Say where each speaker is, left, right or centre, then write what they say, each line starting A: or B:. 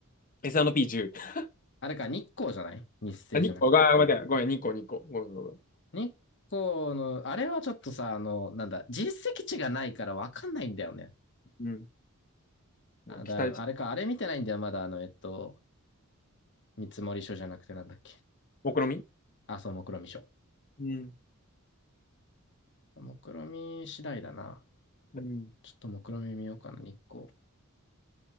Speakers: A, on the left; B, on the left.
A: S&P10。
B: あれか、日光じゃない日生じゃなくて。
A: あ、2個が、あ待って、ごめん、2個、2個。ごめん、ごめん。ご
B: 日光の、あれはちょっとさ、あの、なんだ、実績値がないからわかんないんだよね。
A: めんうん。
B: あだ、
A: もう期待値。
B: あれか、あれ見てないんだよ、まだ、あの、えっと、見積もり書じゃなくてなんだっけ。
A: 目論み？
B: あ、そう、目論見書。
A: うん。
B: 目論見次第だな。
A: うん。
B: ちょっと目論見見ようかな、日光。